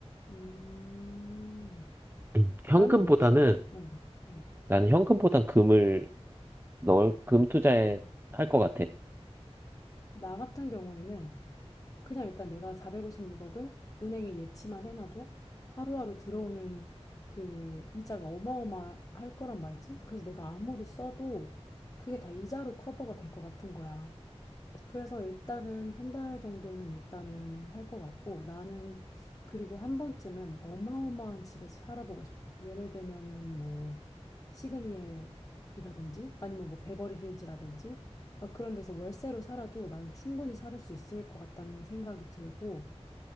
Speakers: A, on the left; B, on the right.
A: 음,
B: 음, 현금보다는
A: 나는 모르겠어. 응, 응.
B: 나는 현금보단 금을 넣을 금 투자에
A: 그,
B: 할 것 같아.
A: 나 같은 경우에는 그냥 일단 내가 456억을 은행에 예치만 해놔도 하루하루 들어오는 그 이자가 어마어마할 거란 말이지. 그래서 내가 아무리 써도 그게 다 이자로 커버가 될 것 같은 거야. 그래서 일단은 한 달 정도는 일단은 할 것 같고 나는 그리고 한 번쯤은 어마어마한 집에서 살아보고 싶어. 예를 들면은 뭐 시그니엘이라든지 아니면 뭐 베버리 hills 라든지 막 그런 데서 월세로 살아도 나는 충분히 살 수 있을 것 같다는 생각이 들고